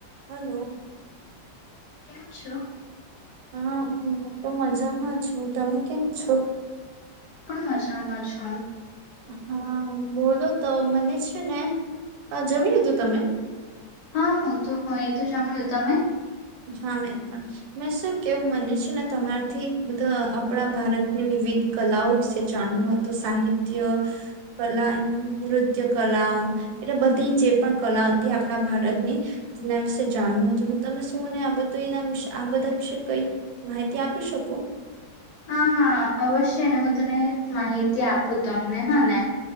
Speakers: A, on the right (about 85°); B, on the left (about 70°).
A: Hello
B: તેમમ છ
A: હા હ હ તો મજામાં હું તમે કેમ છો
B: મજામાંજા
A: હા બોલો તો મને છે ને જમી લીધું તમે
B: હા હું તો હોય એ તો સાંભળ્યો તમે
A: હા મે પણ મેં શું કેવું મને છે ને તમારેથી બધા આપણા ભારતની વિવિધ કલાઓ વિશે જાણવું હતું સાહિત્ય કલા એમ નૃત્ય કલા એટલે બધી જે પણ કલા હતી આપણા ભારતની તેના વિશે જાણવું હતું તમેું તું મને આ બધના વિ આ બધા વિશે કઈ માહિતી આપી શકો
B: હા હા અવશ્ય ને હું તને માહિતી આપું તમને હા ને